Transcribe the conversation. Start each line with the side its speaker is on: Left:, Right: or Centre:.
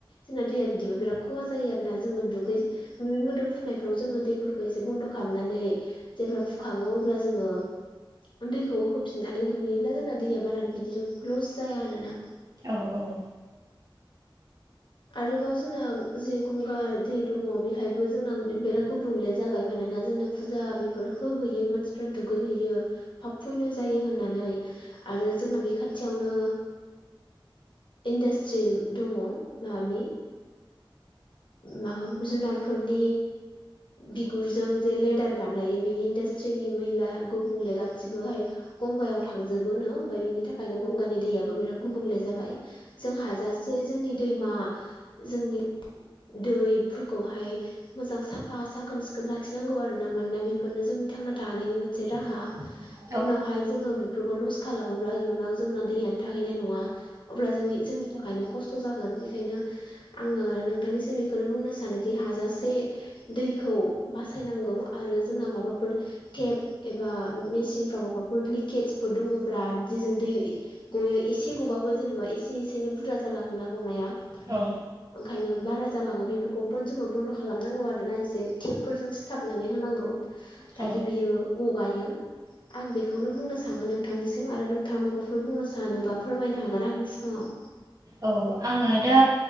Left: जोंना दैया बिदिबा बेर खहा जायो आरोोना जोङो दुगै बे मोदोम फुनायफ्राव जोङो दैफोरखौ एसे बन्द' खालामनानै जेब्ला फुखाङो अब्ला जोङो दैखौ होफिननानै दुगैयोब्ला जोंना दैया बारा बिदिर लस जाया आरोना
Right: औ औ
Left: आरोबाव जोंना जे गंगार दै दङ बेहायबो जोंना बिराद गुबुंले जाबाय मानोना जोंनो फुजा बेफोर होहैयो मानसिफ्रा दुगैहैयो फाब फैनो जायो होननानै आरो जोंना बे खाथियावनो इन्डास्ट्रि दङ मानि माबा जुनारफोरनि बिगुरजों जे लेदार बानायो बिनि इन्डासट्रिनि मैला गुबुंले गासिबोहाय गंगायाव थांजोबोनो ओमफ्राय बिनि थाखायनो गंगानि दैयाबो बिराद गुबुंले जाबाय जों हाजासे जोंनि दैमा जोंनि दैफोरखौहाय मोजां साफा साखोन सिखोन लाखिनांगौ आरो ना मानोना बेफोरनो जोंनि थांना थानायनि मोनसे राहा
Right: <inaudible>
Left: उनावहाय जोङो बेफोरखौ लस खालामोब्ला इयुनाव जोंना दैयानो थाहैनाय नङा अब्ला जोंनि जोंनि थाखायनो खस्थ' जागोन बेखायनो आङो नोंथांनिसिम बेखौनो बुंनो सानोखि हाजासे दैखौ बासायनांगौ आरो जोंना माबाफोर टेप एबा मेसिनफ्राव माबाफोर लिकेजफोर दङब्रा दिजों दै गयो एसे गबाबो जेनेबा एसे एसेनोै बुरजा जालाङोना गनाया
Right: औ
Left: ओंखायनो बारा जालाङो बेफोरखौ जोङो बन्द' खालामनांगौ आरो ना एसे टेपफोरजों सिथाबनानै होनांगौ दाखि
Right: औ
Left: बियो गगायो आं बेखौनो बुंनो सानो नोंथांनिसिम आरो नोंथाङा म बेफोर बुंनो सानोबा फोरमायनो हागोन आंनि सिगाङाव
Right: औ आङो दा